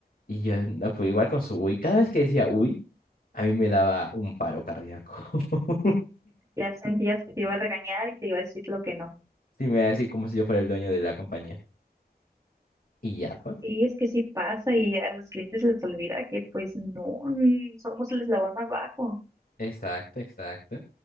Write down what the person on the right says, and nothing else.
Ya sentías que te iba a regañar y te iba a decir lo que no.
Sí, es que sí pasa y a los clientes les olvida que pues no, mm, somos el eslabón más bajo.